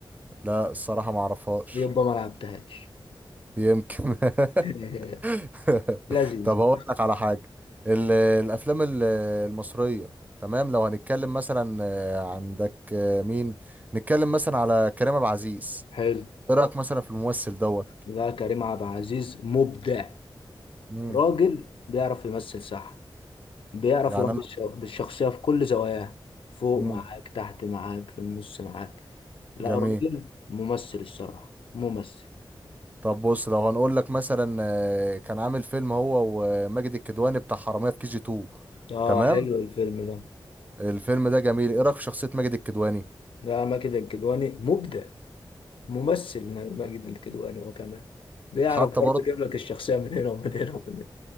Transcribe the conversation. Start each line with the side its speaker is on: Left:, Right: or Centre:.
Right: لا الصراحة ما اعرفهاش
Left: يبقى ما لعبتهاش
Right: يمكن <laughs>
Left: <laughs>
Right: <laughs>
Left: لذيذ
Right: طب هقول لك على حاجة ال- الأفلام ال- المصرية تمام لو هنتكلم مثلا آه، عندك آه، مين نتكلم مثلا على كريم عبد العزيز
Left: حلو
Right: إيه رأيك مثلا في الممثل دوت
Left: لا كريم عبد العزيز مبدع
Right: مم.
Left: راجل بيعرف يمثل صح بيعرف
Right: يعني
Left: يربي
Right: أنا
Left: الش- الشخصية في كل زواياها فوق
Right: مم.
Left: معاك تحت معاك في النص معاك لا
Right: جميل
Left: راجل ممثل الصراحة ممثل
Right: طب بص لو هنقول لك مثلا آه، كان عامل فيلم هو وماجد الكدواني بتاع حرامية في كي جي 2
Left: اه
Right: تمام
Left: حلو الفيلم ده
Right: الفيلم ده جميل إيه رأيك في شخصية ماجد الكدواني
Left: لا ماجد الكدواني مبدع ممثل ماجد الكدواني هو كمان بيعرف
Right: حتى
Left: برضه
Right: برضه
Left: يجيب لك الشخصية من هنا ومن هنا ومن